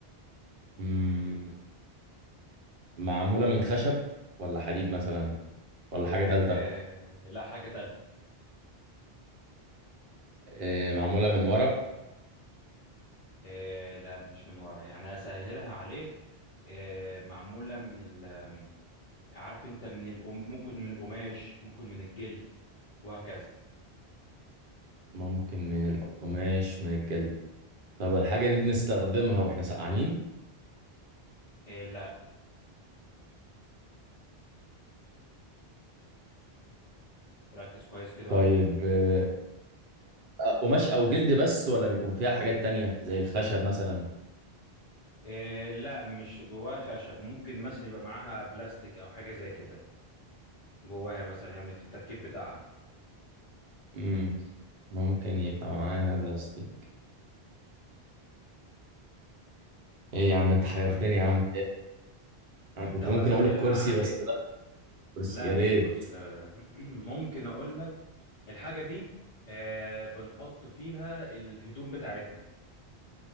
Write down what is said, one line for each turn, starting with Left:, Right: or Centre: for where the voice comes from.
Right: مم، معموله من خشب ولا حديد مثلا ولا حاجه ثالثه
Left: إيه لا حاجة تالتة
Right: آه، معمولة من ورق
Left: إيه لا مش من ورا يعني أسهلها عليك إيه معمولة من ال عارف انت من القم... ممكن من القماش ممكن من الجلد وهكذا
Right: ممكن من القماش من الجلد طب الحاجة دي بنستخدمها واحنا سقعانين
Left: إيه لا ركز كويس كده
Right: طيب
Left: وهتجيبها
Right: آه، آه، قماش أو جلد بس ولا بيكون فيها حاجات تانية زي الخشب مثلا
Left: إيه لا مش جواها خشب ممكن مثلا يبقى معاها بلاستيك او حاجة زي كده جواها مثلا يعني في التركيب بتاعها
Right: مم. ممكن يبقى معاها بلاستيك ايه يا عم
Left: ركز
Right: انت حيرتني
Left: كويس
Right: يا عم
Left: <clears throat>
Right: انا كنت
Left: طب
Right: ممكن
Left: اسهلها
Right: اقول الكرسي
Left: عليك
Right: بس لا الكرسي
Left: لا
Right: يا
Left: مش
Right: ريت
Left: كرسي لا لا لا <clears throat> ممكن اقول لك الحاجة دي آه بنحط فيها الهدوم بتاعتنا